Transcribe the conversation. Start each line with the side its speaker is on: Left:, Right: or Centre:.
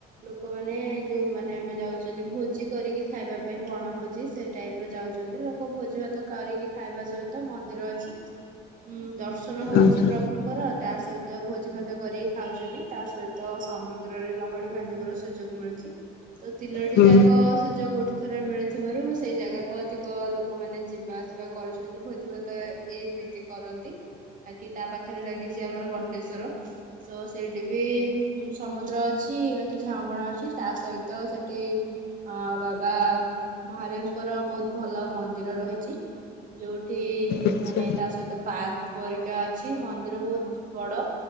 Right: ଲୋକମାନେ ଯୋଉ ମାନେ ଆମେ ଯାଉଛନ୍ତି ଭୋ ଜି କରିକି ଖାଇବା ପାଇଁ ବଣ ଭୋଜି ସେ ଟାଇପ ର ଯାଉଛନ୍ତି। ଲୋକ ଭୋଜି ଭାତ କରିକି ଖାଇବା ସହିତ, ତ ମନ୍ଦିର ଅଛି। ହୁଁ, ଦର୍ଶନ ହୋଉଚି
Left: ଆଚ୍ଛା
Right: ପ୍ରଭୁଙ୍କର, ତା ସହିତ ଭୋଜି ଭାତ କରିକି ଖାଉଚନ୍ତି। ତା ସହିତ ତ ସମୁଦ୍ରରେ ଲହଡି ଭାଙ୍ଗିବାର ସୁଯୋଗ ମିଳୁଚି। ତ ତିନୋଟି
Left: ହୁଁ
Right: ଜାଗା ସୁଯୋଗ ଗୋଟେ ଥରରେ ମିଳୁଥିବାରୁ, ସେଇ ଜାଗାକୁ ଅଧିକ ଲୋକମାନେ ଯିବା ଆସିବା କରୁଛନ୍ତି। ଭୋଜି ଭାତେ ଏଏମିତି କରନ୍ତି, ବାକିି ତା ପାଖରେ ଲାଗିଚି ଆମର ବଟେଶ୍ଵର। ତ ସେଇଠି ବି ସମୁଦ୍ର ଅଛି ବାକି ଝାଁଉଁ ବଣ ଅଛି। ତା ସହିତ ସେଠି ହଁ ବାବା ମହାଦେବଙ୍କର ବହୁତ ଭଲ ମନ୍ଦିର ରହିଚି। ଯୋଉଠି
Left: ଆଚ୍ଛା
Right: ମାନେ ତା ସହିତ ପାର୍କ ପରିକା ଅଛି ମନ୍ଦିର ବହୁତ ବଡ।